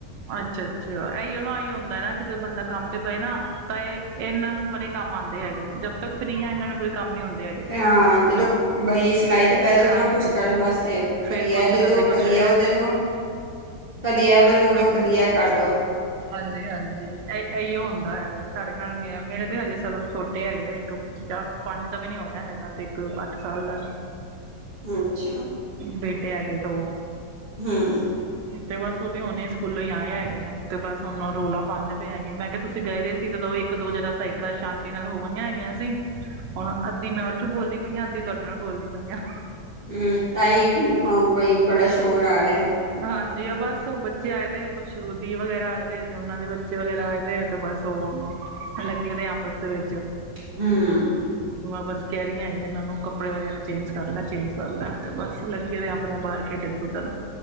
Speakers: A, on the right (about 80°); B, on the right (about 25°).
A: ਅੱਛਾ ਅੱਛਾ, ਇਹੀਓ ਨਾ ਆਹੀ ਹੁੰਂਦਾ ਨਾ, ਕਿ ਜਦੋਂ ਬੰਦਾ ਕੰਮ ਤੇ ਪਏ ਨਾ ਤਾਂ ਇਹ ਇਹਨਾਂ ਨੂੰ ਬੜੇ ਕੰਮ ਆਉਂਦੇ ਹੈਗੇ, ਜਦ ਤੱਕ ਫਰੀ ਆ, ਇਹਨਾਂ ਨੂੰ ਕੋਈ ਕੰਮ ਨੀ ਆਉਂਦੇ ਹੈਗੇ।
B: ਹਾਂ ਜਦੋਂ ਬਈ ਸਿਲਾਈ ਤੇ ਬੈ ਜਾਓ
A: ਹਾਂਜੀ
B: ਨਾ ਕੁਛ ਕਰਨ ਵਾਸਤੇ,
A: ਫੇਰ
B: ਕਦੀ ਇਹ
A: ਕੁਛ
B: ਦੇ ਦੋ,
A: ਕਦੇ ਕੁਛ
B: ਕਦੀ
A: ਇਹ
B: ਉਹ ਦੇ ਦੋ। ਕਦੀ ਇਹ ਬਣਾ
A: ਹਾਂਜੀ
B: ਦੋ, ਕਦੀ ਇਹ ਕਰਦੋ।
A: ਹਾਂਜੀ ਹਾਂਜੀ, ਇਹ ਇਹੀਓ ਹੁੰਦਾ ਹੈਗਾ। ਸਾਡੇ ਨਾਲ ਵੀ ਹੈ ਮੇਰੇ ਤੇ ਹਜੇ ਸਲੋ ਛੋਟੇ ਹੈਗੇ ਆ, ਇੱਕ ਚਾਰ ਪੰਜ ਦਾ ਵੀ ਨੀ ਹੋਇਆ ਹੈਗਾ ਤੇ ਇੱਕ ਅੱਠ ਸਾਲ ਦਾ।
B: ਅੱਛਾ।
A: ਬੇਟੇ ਹੈਗੇ ਏ ਦੋ।
B: ਹਮ
A: ਤੇ ਬਸ ਉਹ ਵੀ ਹੁਨੇ ਸਕੂਲੋਂ ਹੀ ਆਏ ਹੈਗੇ ਹੈ ਤੇ ਬਸ ਉਹਨੂੰ ਰੌਲਾ ਪਾਉਂਦੇ ਪਏ ਹੈਗੇ, ਮੈਂ ਕਿਹਾ ਤੁਸੀਂ ਗਏ ਤੇਦੋਂ ਇੱਕ ਦੋ ਜਰਾ ਸਹੀ ਤਰ੍ਹਾਂ ਸ਼ਾਂਤੀ ਨਾਲ ਹੋ ਗਈਆਂ ਹੈਗੀਆਂ ਸੀ, ਹੁਣ ਅੱਧੀ ਮੈਂ 'ਚ ਬੋਲਦੀ ਪਈਆਂ, ਅਧੀ ਤੁਹਾਡੇ ਨਾਲ ਬੋਲਦੀ ਪਈਆਂ।
B: ਹਮ, ਤਾਈ ਬਈ ਬੜਾ ਸ਼ੋਰ ਆ ਰਿਹਾ।
A: ਹਾਂਜੀ ਆ ਬਸ ਬੱਚੇ ਆਏ ਦੇ, ਕੁਛ ਦੀ ਵਗੈਰਾ ਆਏ ਦੇ ਤੇ ਉਹਨਾਂ ਦੇ ਬੱਚੇ ਵਗੈਰਾ ਆਏ ਦੇ ਹੈ, ਤੇ ਬਸ ਔ, ਲੱਦੇ ਆਂ ਆਪਸ ਦੇ ਵਿੱਚ।
B: ਹਮ
A: ਬਸ ਕਹਿ ਰਹੀ ਆਂ ਹੈਗੀ ਕਿ ਇਹਨਾਂ ਨੂੰ ਕੱਪੜੇ ਵਗੈਰਾ ਚੇਂਜ ਕਰ ਲੈ, ਚੇਂਜ ਕਰ ਲੈ, ਤੇ ਬਸ ਆਪਣੇ ਆਪ ਬਾਹਰ ਖੇਡਣ-ਕੁੱਦਣ